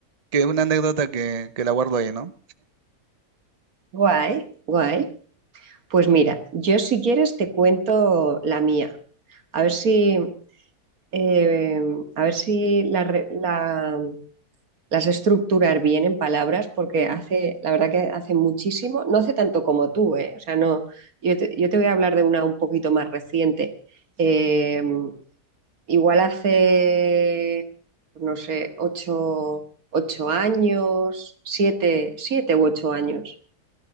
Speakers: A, on the right (about 35°); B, on the right (about 70°).
A: que una anécdota que, que la guardo ahí, ¿no?
B: Guay, guay. Pues mira, yo si quieres te cuento la mía. A ver si, eh, a ver si la re- la- las estructurar bien en palabras, porque hace, la verdad que hace muchísimo, no hace tanto como tú, ¿eh? O sea, no, yo te, yo te voy a hablar de una un poquito más reciente. Eh, Igual hace, pues no sé, ocho, ocho años, siete, siete u ocho años.